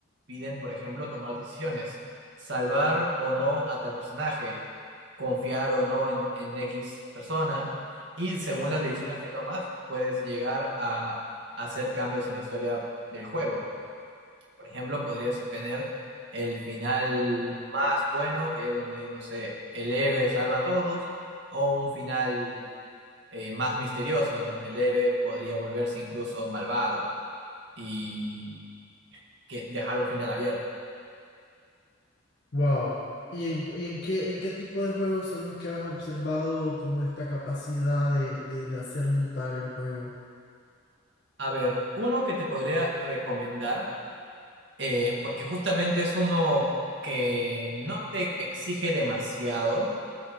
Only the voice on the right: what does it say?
piden, por ejemplo, tomar decisiones, salvar o no a tal personaje, confiar o no en, en X persona. Y según las decisiones que tomas, puedes llegar a hacer cambios en la historia del juego. Por ejemplo, podrías obtener el final más bueno, que es donde, no sé, el héroe salva a todos, o un final eh, más misterioso, en donde el héroe podría volverse incluso malvado y que dejar un final abierto.
A ver, uno que te podría recomendar eh, porque justamente es uno que no te exige demasiado